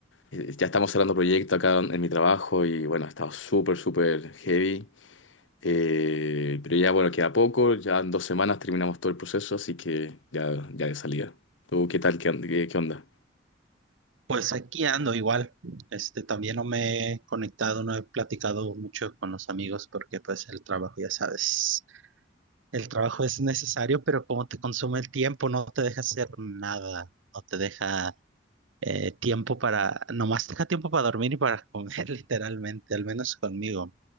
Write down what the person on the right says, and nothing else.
Pues aquí ando igual, este también no me he conectado, no he platicado mucho con los amigos porque pues el trabajo, ya sabes, el trabajo es necesario, pero como te consume el tiempo, no te deja hacer nada, no te deja eh, tiempo para, nomás te deja tiempo para dormir y para comer <laughs> literalmente, al menos conmigo.